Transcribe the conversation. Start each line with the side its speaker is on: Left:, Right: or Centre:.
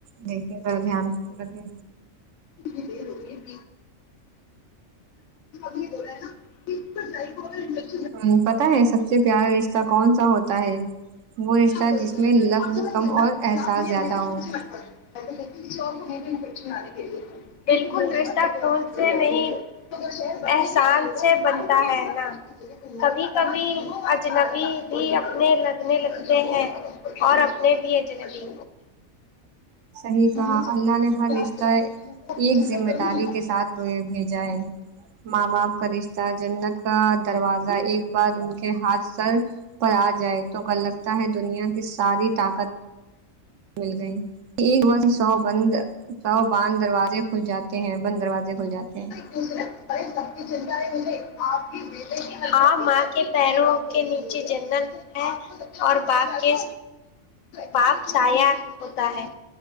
Right: دیکھے ذرا دھیان رکھے
Left: کتنی دیر ہو رہی <unintelligible> بھی یہ ہو رہا ہے نا کیا امپوٹینٹ ہے
Right: ہوں پتہ ہے سب سے پیارا رشتہ کون سا ہوتا ہے وہ رشتہ
Left: ہاں وہی
Right: جس میں لفظ
Left: آپ سمجھ
Right: کم
Left: گئے نا
Right: اور
Left: ابھی
Right: احساس
Left: آپ یہ
Right: زیادہ
Left: میں سے
Right: ہو
Left: پیچھے مت پڑے میں تو کہتی ہوں کسی اور کو میرے پیچھے انے دیگی بالکل رشتہ خون سے نہیں احساس سے بنتا ہے نا کبھی کبھی اجنبی بھی اپنے لگنے لگتے ہیں اور اپنے بھی اجنبی
Right: صحیح کہا
Left: نہیں چاہتی
Right: اللہ
Left: ہوں
Right: نے ہر
Left: کہ
Right: رشتہ
Left: آپ جائیں میں تو آپ کی
Right: ایک
Left: چنتا
Right: ذمہ
Left: کروں
Right: داری
Left: گی نا
Right: کے ساتھ یہ بھیجا ہے ماں باپ کا رش جنت کا دروازہ ایک بار ان کے ہاتھ سر پر آ جائے تو گر لگتا ہے دنیا کی ساری طا مل گئی ایک بار ہی سو بند سو باند دروازے کھل جاتے ہیں بند دروازے کھل جاتے ہیں
Left: تم سنے فرے سب کی چنتا ہے مجھے آپ کی ب ہاں ماں کے پیروں کے نیچے جنت ہے اور باپ کے باپ سایا ہوتا ہے